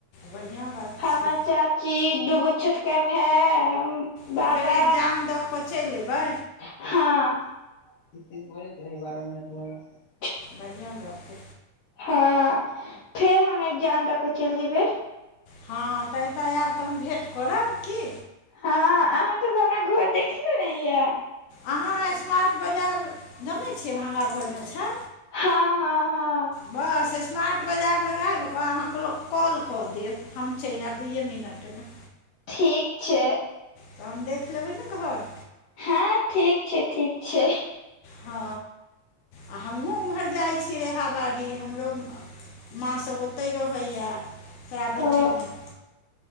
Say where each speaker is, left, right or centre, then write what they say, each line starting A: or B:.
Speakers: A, on the left; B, on the left.
A: बढ़िआँ बात
B: हमर
A: छै
B: चाची, दूगो छोटका भैए, हम। बाबा
A: त फेर एक्जाम दऽ कऽ चलि एबै।
B: हँ।
A: बढ़ियां गप।
B: हँ फेर हम एग्जाम द क चलि जेबै।
A: हँ त एतऽ ऐब तहन भेंट करब की।
B: हँ अहाँके तऽ हमरा घर देखले नहि यैं।
A: अहाँ स्मार्ट बाजार जनै छियै भांगाघरमे छै।
B: हँ- हँ -हँ
A: बस स्मार्ट बाजार लग आबि कऽ, अहाँ क्ल कॉल कऽ देब, हम चलि आयब दुइए मिनट मे।
B: ठीक छै।
A: तहन देख लेबै ने घर।
B: हैं ठीक छै- ठीक छै।
A: हँ आ हमहूँ ओम्हर जाइ छी, रेहा बाड़ी हमरो माँ सब ओतहि रहैए तरा भट्ठी
B: ओ
A: मे।